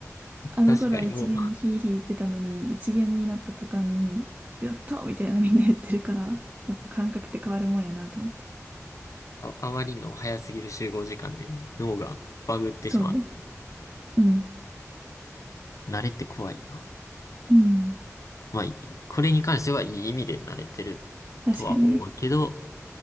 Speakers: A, on the right (about 30°); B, on the left (about 75°).
A: あの頃は一元でヒーヒー言ってたのに、
B: 確かに、もう、
A: 一元になった途端に、やったみたいなみんな言ってるから、やっぱ感覚って変わるもんやなと思って。
B: あ、あまりの早すぎる集合時間で脳がバグってしまう。
A: そうね。うん。
B: 慣れって怖いな。
A: うん。
B: まあ、いこれに関してはいい意味で慣れてるとは思うけど、
A: 確かにね。